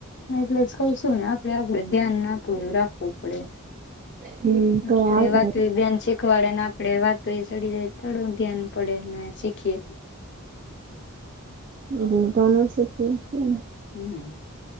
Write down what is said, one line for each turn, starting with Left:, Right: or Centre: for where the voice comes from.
Left: હા એટલે જ કઉ શું ને આપડે આપડે ધ્યાન નાખવું, રાખવું. પડે,
Right: હમ.
Left: પણ
Right: તો
Left: આપડે
Right: આવે
Left: વાતે બેન છે. ખવાડ ને આપડે વાતે સડી જઈ એ તો થોડું ધ્યાન પડે ને શીખીએ.
Right: હા, બધા નો શીખી હકીએ ને.
Left: હમ.